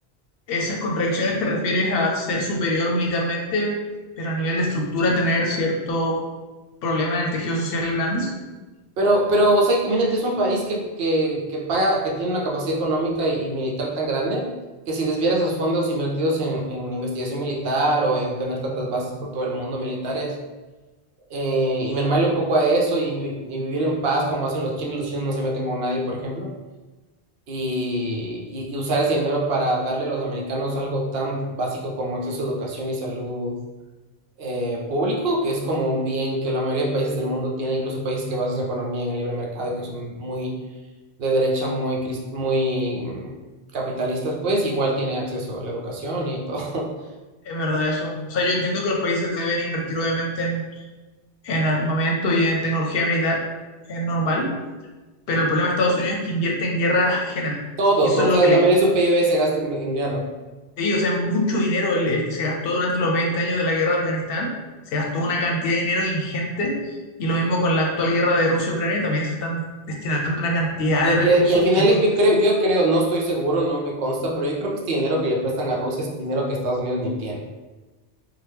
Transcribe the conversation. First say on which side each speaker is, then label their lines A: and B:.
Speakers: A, on the left; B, on the right.
A: ¿Esas contradicciones te refieres a ser superior militarmente, pero a nivel de estructura tener cierto problema en el tejido social grandes?
B: Pero, pero, o sea, imagínate, es un país que, que, que paga, que tiene una capacidad económica y, y militar tan grande que si desviara esos fondos invertidos en, en investigación militar o en tener tantas bases por todo el mundo militares eh, y mermarle un poco a eso y, vi- y vivir en paz como hacen los chinos, los chinos no se meten con nadie, por ejemplo, y, y, y usar ese dinero para darle a los americanos algo tan básico como acceso a educación y salud eh, público, que es como un bien que la mayoría de países del mundo tienen, incluso países que basan su economía en el libre mercado y que son muy de derecha, muy, cris- muy mm, capitalistas, pues igual tienen acceso a la educación y todo, <laughs>
A: Es verdad eso. O sea, yo entiendo que los países deben invertir obviamente en, en armamento y en tecnología militar, es normal, pero el problema de Estados Unidos es que invierte en guerras ajenas
B: todo,
A: y eso
B: todo,
A: es
B: o
A: lo
B: sea,
A: que
B: la
A: le
B: mayoría
A: Mm, genera.
B: de su PIB
A: Sí,
B: se gasta en, en guerra.
A: sí, o sea, mucho dinero el, el que se gastó durante los 20 años de la guerra de Afganistán, se gastó una cantidad de dinero ingente y lo mismo con la actual guerra de Rusia-Ucrania, también se están destinando una cantidad
B: Y,
A: de recursos
B: y- y al final
A: que no tiene
B: yo creo,
A: sentido.
B: yo creo, no estoy seguro, no me consta, pero yo creo que este dinero que le prestan a Rusia es dinero que Estados Unidos ni tiene.